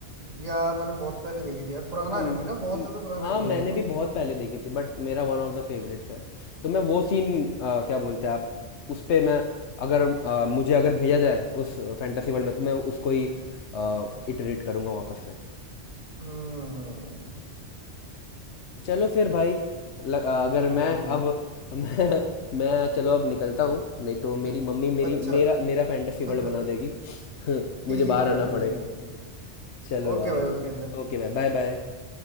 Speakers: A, on the right; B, on the left.
A: यार मैंने बहुत पहले देखी थी यार पुराना
B: अम,
A: एनिमे ना बहुत
B: म-
A: ज्यादा पुराना
B: हाँ
A: एनिमे
B: मैंने
A: है तो
B: भी बहुत पहले देखी थी बट मेरा वन ऑफ द फेवरेट्स है तो मैं वो सीन क्या बोलते हैं आप उस पे मैं अगर अ, मुझे अगर भेजा जाए उस फैंटेसी वर्ल्ड में तो मैं उसको ही इटरेट करूँगा वापस से
A: हम्म
B: चलो फिर भाई ल, अ, अगर
A: सही
B: मैं
A: है भाई ये
B: अब
A: तो
B: <laughs> मैं मैं चलो अब निकलता हूँ नहीं तो मेरी मम्मी मेरी
A: अच्छा
B: मेरा मेरा फैंटेसी वर्ल्ड
A: <laughs>
B: बना देगी <laughs> मुझे
A: ठीक
B: बाहर
A: है
B: आना
A: भाई
B: पड़ेगा
A: ठीक है भाई
B: चलो
A: ओके
B: भाई
A: भाई okay bye
B: ओके भाई बाय बाय